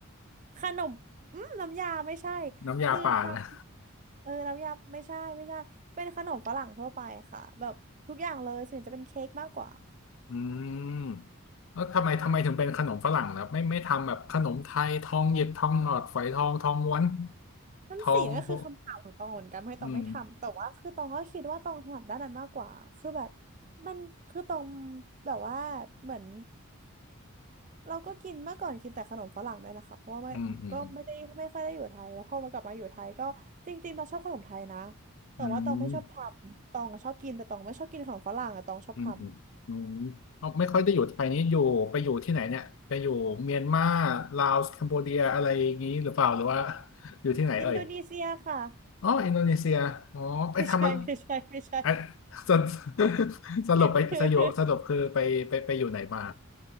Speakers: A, on the right; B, on the left.
A: ขนมอืมน้ำยาไม่ใช่
B: น้ำยาป่านะ
A: คือทำเออน้ำยาไม่ใช่ไม่ใช่เป็นขนมฝรั่งทั่วไปค่ะแบบทุกอย่างเลยส่วนใหญ่จะเป็นเค้กมากกว่า
B: อืมแล้วทำไมทำไมถึงเป็นขนมฝรั่งล่ะไม่ไม่ทำแบบขนมไทยทองหยิบทองหลอดฝอยทองทองม้วน
A: นั่นสิก็คือคำถามของตองเหมือนกันไม่ตองไม่ทำแต่ว่าคือตองก็คิดว่าตองถนัดด้านนั้นมากกว่าคือแบบ
B: ทองโบอืม
A: มันคือตองแบบว่าเหมือน เราก็กินเมื่อก่อนกินแต่ขนมฝรั่งด้วยล่ะค่ะเพราะว่าไม่ก็ไม่ได้ไม่ค่อยได้อยู่ไทยแล้วพอมากลับมาอยู่ไทยก็จริงๆตองชอบขนมไทยนะ
B: อืมอืม
A: แต่ว่าตองไม่ชอบทำตองอะชอบกินแต่ตองไม่ชอบกินขนมฝรั่งอะตองชอบทำ
B: อืมอืมอืมอืมเอาไม่ค่อยได้อยู่ไทยนี้อยู่ไปอยู่ที่ไหนเนี่ยไปอยู่เมียนมาลาวคัมโบเดียอะไรอย่างนี้หรือเปล่าหรือว่าอยู่ที่ไหนเอ่ย
A: อินโดนีเซียค่ะ
B: อ๋ออินโดนีเซียอ๋อไปทำอะ
A: ไม่ใช่ไม่ใช่ไม่ใช่
B: ไอสรุปสรุปไปสยบสรุปคือไปไปไปอยู่ไหนมา
A: <laughs>